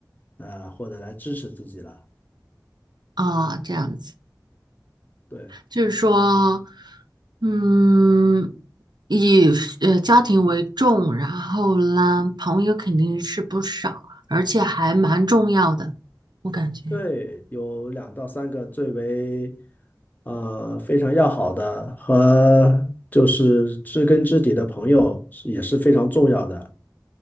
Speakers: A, on the left (about 25°); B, on the right (about 80°).
A: 呃，或者来支持自己了。
B: 啊，这样子。
A: 对
B: 就是说，嗯，以呃家庭为重，然后呢，朋友肯定是不少，而且还蛮重要的，我感觉
A: 对，有两到三个最为呃非常要好的和就是知根知底的朋友是也是非常重要的。